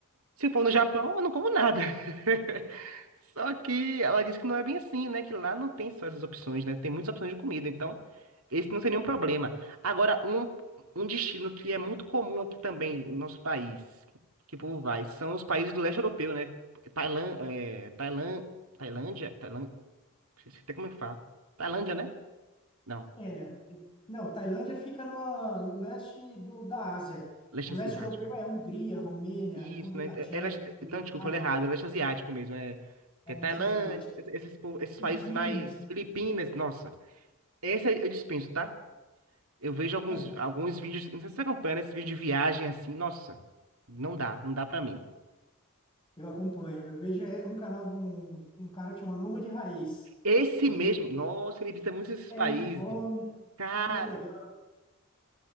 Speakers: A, on the right; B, on the left.
A: Se for no Japão, eu não como nada. <laughs> Só que ela disse que não é bem assim, né? Que lá não tem só essas opções, né? Tem muitas opções de comida, então esse não seria um problema. Agora, um, um destino que é muito comum aqui também no nosso país, que o povo vai, são os países do leste europeu, né? Tailã, é, Tailã, Tailândia, Tailândia, não sei até como é que fala. Tailândia, né? Não,
B: É, não, Tailândia fica no, no leste do, da Ásia.
A: leste
B: O leste
A: asiático.
B: europeu é Hungria, Romênia,
A: Isso,
B: República
A: né?
B: Tcheca,
A: Era,
B: Bulgária,
A: então, desculpa, falei errado, era asiático mesmo, é.
B: é
A: Que é
B: leste
A: Tailândia,
B: asiático,
A: esses, po- esses
B: Filipinas.
A: países mais. Filipinas, nossa. Esse eu dispenso, tá? Eu vejo alguns,
B: É,
A: alguns vídeos, não sei se você acompanha, né? Esse vídeo de viagem assim, nossa, não dá, não dá pra mim.
B: eu acompanho. Eu vejo é, um canal de um, um cara que chama Nômade Raiz.
A: Esse
B: E
A: mesmo,
B: ele
A: nossa, ele visita muitos esses
B: é
A: países.
B: muito bom,
A: Cara,
B: é muito legal.